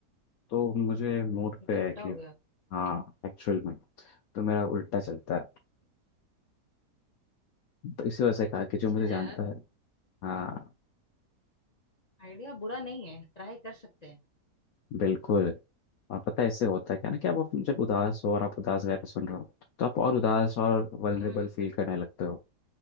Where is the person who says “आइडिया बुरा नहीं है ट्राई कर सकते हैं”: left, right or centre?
Left